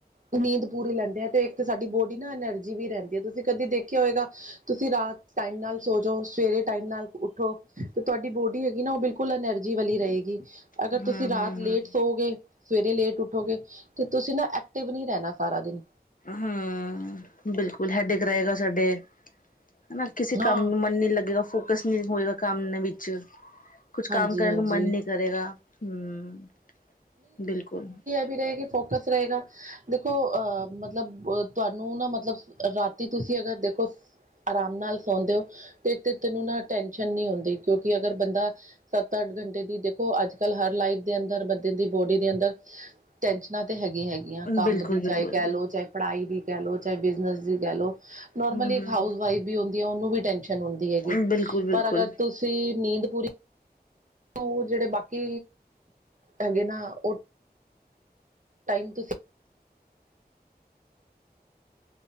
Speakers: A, on the right; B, on the left.
A: ਉਹ ਨੀਂਦ ਪੂਰੀ ਲੈਂਦੇ ਆ ਤੇ ਇੱਕ ਤਾਂ ਸਾਡੀ ਬੋਡੀ ਨਾ ਐਨਰਜੀ ਵੀ ਰਹਿੰਦੀ ਹੈ ਤੁਸੀਂ ਕਦੇ ਦੇਖਿਆ ਹੋਏਗਾ। ਤੁਸੀਂ ਰਾਤ ਟਾਈਮ ਨਾਲ ਸੋ ਜਾਓ। ਸਵੇਰੇ ਟਾਈਮ ਨਾਲ ਉੱਠੋ ਤੇ ਤੁਹਾਡੀ ਬੋਡੀ ਹੈਗੀ ਨਾ ਉਹ ਬਿਲਕੁਲ। ਫੁਲ ਐਨਰਜੀ ਵਾਲੀ ਰਹੇਗੀ ਅਗਰ
B: ਹਮ
A: ਤੁਸੀਂ ਰਾਤ
B: ਹਮ
A: ਲੇਟ।
B: ਹਮ
A: ਸੋ ਗਏ ਸਵੇਰੇ ਲੇਟ ਉੱਠੋਗੇ ਤੇ ਤੁਸੀਂ ਨਾ ਐਕਟਿਵ ਨਹੀਂ ਰਹਿਣਾ ਸਾਰਾ ਦਿਨ।
B: ਹਮ ਬਿਲਕੁਲ ਹੈਡੇਕ ਰਏਗਾ ਸਾਡੇ। ਹਨਾ ਕਿਸੇ
A: ਹਾਂ
B: ਕੰਮ ਨੂੰ ਮਨ ਨੀ ਲੱਗੇਗਾ ਫੋਕਸ ਨਹੀਂ ਹੋਏਗਾ ਕੰਮ ਵਿੱਚ। ਕੁਛ
A: ਹਾਂਜੀ
B: ਕੰਮ ਕਰਨ
A: ਹਾਂਜੀ
B: ਨੂੰ ਮਨ ਨਹੀਂ ਕਰੇਗਾ ਹਮ ਬਿਲਕੁਲ।
A: ਫਿਰ ਇਹ ਕੀ ਫੋਕਸ ਰਹੇਗਾ। ਦੇਖੋ ਅਹ ਮਤਲਬ ਤੁਹਾਨੂੰ ਨਾ ਮਤਲਬ ਰਾਤੀ ਤੁਸੀਂ ਅਗਰ ਦੇਖੋ। ਆਰਾਮ ਨਾਲ ਸੌਂਦੇ ਹੋ ਤੇ ਤੇ ਤੈਨੂੰ ਨਾ ਟੈਸ਼ਨ ਨਹੀਂ ਹੁੰਦੀ ਕਿਉਂਕਿ ਅਗਰ ਬੰਦਾ। ਸੱਤ ਅੱਠ ਘੰਟੇ ਦੀ ਦੇਖੋ। ਅੱਜ ਕੱਲ ਹਰ ਲਾਈਫ ਦੇ ਅੰਦਰ ਬੰਦੇ ਦੀ ਬੋਡੀ ਦੇ ਅੰਦਰ। ਟੈਨਸ਼ਨਾਂ ਤੇ ਹੈਗੀਆਂ ਹੈਗੀਆਂ ਕੰਮ
B: ਬਿਲਕੁਲ
A: ਦੀ
B: ਬਿਲਕੁਲ
A: ਚਾਹੇ ਕਹਿ ਲਓ ਚਾਹੇ। ਪੜ੍ਹਾਈ ਦੀ ਕਹਿ ਲਓ। ਚਾਹੇ ਬਿਜਨਸ ਦੀ ਕਹਿ ਲਓ। ਨੋਰਮਲੀ
B: ਹਮ
A: ਇੱਕ ਹਾਊਸ ਵਾਈਫ ਵੀ ਹੁੰਦੀ ਹੈ ਉਹਨੂੰ ਵੀ ਟੈਂਨਸ਼ਨ। ਟੈਂਨਸ਼ਨ ਹੁੰਦੀ ਹੈਗੀ
B: ਹਮ ਬਿਲਕੁਲ ਬਿਲਕੁਲ
A: ਪਰ ਅਗਰ ਤੁਸੀਂ ਨੀਂਦ ਪੂਰੀ ਉਹ ਜਿਹੜੇ ਬਾਕੀ ਹੈਗੇ ਨਾ ਉਹ। ਟਾਈਮ ਤੁਸੀਂ।